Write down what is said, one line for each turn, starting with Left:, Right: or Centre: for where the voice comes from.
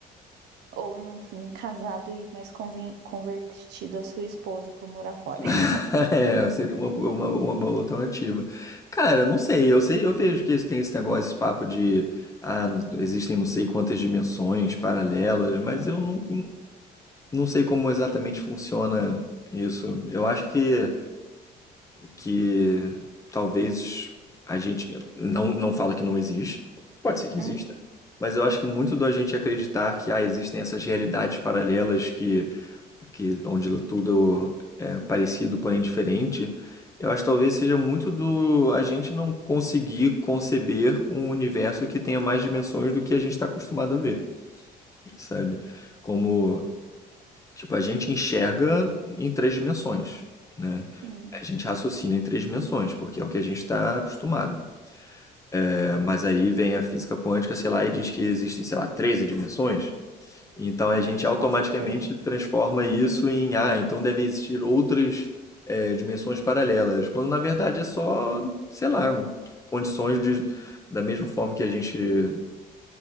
Right: Ou, no fim, casado e mais conven- convertido a sua esposa pra morar fora.
Left: <laughs> É, seria uma, uma, uma boa alternativa. Cara, não sei, eu sei, eu vejo que tem esse negócio, esse papo de ah, existem não sei quantas dimensões paralelas, mas eu não, não sei como exatamente funciona isso. Eu acho que, que talvez a gente não, não fala que não existe, que exista.
Right: Uhum,
Left: Mas eu acho que é muito do a gente acreditar que ah, existem essas realidades paralelas que, que onde tudo é parecido, porém diferente, eu acho que talvez seja muito do a gente não conseguir conceber um universo que tenha mais dimensões do que a gente está acostumado a ver, sabe? Como, tipo, a gente enxerga em três dimensões, né?
Right: sim,
Left: A gente raciocina em três dimensões, porque é o que a gente está acostumado. É, mas aí vem a física quântica, sei lá, e diz que existem, sei lá, 13 dimensões. Então a
Right: não
Left: gente
Right: faço
Left: automaticamente
Right: ideia.
Left: transforma isso em, ah, então deve existir outras é, dimensões paralelas, quando na verdade é só, sei lá, condições de, da mesma forma que a gente,